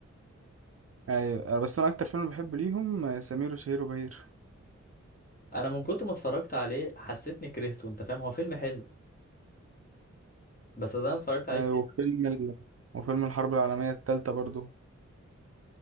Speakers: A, on the right; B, on the left.
A: ايوه آه، بس انا اكتر فيلم بحب ليهم آه، سمير وشهير وبهير
B: انا من كنت ما اتفرجت عليه حسيتني كرهته انت فاهم هو فيلم حلو بس ده انا اتفرجت عليه
A: آه،
B: كتير
A: وفيلم ال... وفيلم الحرب العالمية التالتة برضو